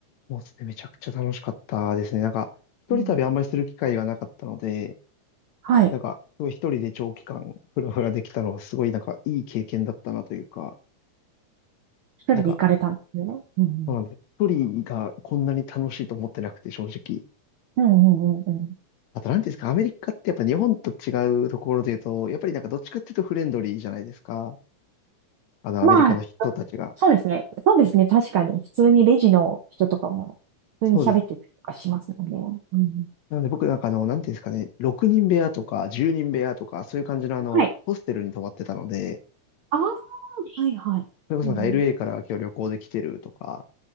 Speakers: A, on the left (about 70°); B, on the right (about 80°).
A: もうですね、めちゃくちゃ楽しかったですね。なんか、一人旅あんまりする機会がなかったので、
B: うんはい。
A: なんか、すごい一人で長期間ふらふらできたのがすごいなんかいい経験だったなというか、
B: 一人で行かれたんですよね。
A: なんか、
B: うんうん
A: そうなんです。一人がこんなに楽しいと思ってなくて正直。
B: うんうんうんうん。
A: あと、なんていうんですか、アメリカってやっぱ日本と違うところで言うと、やっぱりなんかどっちかっていうとフレンドリーじゃないですか。あの、
B: まあ、
A: アメリカの人たちが。
B: そうですね。そうですね。確かに。普通にレジの人とかも、普通に喋ってたりとかしますもんね。
A: そうです。
B: うん。
A: なので僕なんかあの、なんていうんですかね、6人部屋とか10人部屋とか、そういう感じのあの、
B: はい。
A: ホステルに泊まってたので、
B: ああ、はいはい。
A: それこそなんか
B: うん。
A: LA から今日旅行で来てるとか、